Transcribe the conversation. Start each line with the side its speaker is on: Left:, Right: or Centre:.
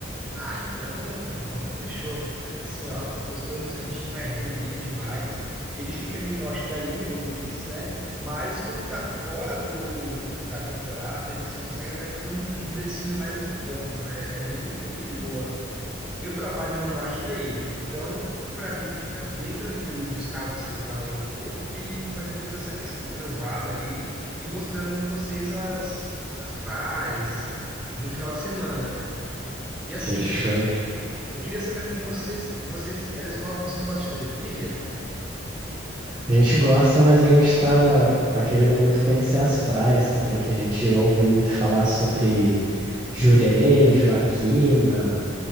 Centre: Ah, então, então fechou. Assim, ó, Costão do Santinho é resenha demais. Ele fica ali no norte da ilha, como disse, né? Mas como tá fora do, da temporada, eles conseguem até fazer um, um precinho mais em conta, né? É bem, é bem de boa. Eu trabalho no norte da ilha, então para mim fica bem tranquilo de buscar vocês lá no aeroporto e, e fazer toda essa questão, o translado ali e mostrando vocês as, as praias no final de semana, né? E assim,
Right: Fechou.
Centre: eu queria saber com vocês, vocês, elas go- vocês gostam de fazer trilha?
Right: A gente gosta, mas a gente tá, tá querendo muito conhecer as praias também, que a gente ouve muito falar sobre Jurerê, Joaquina.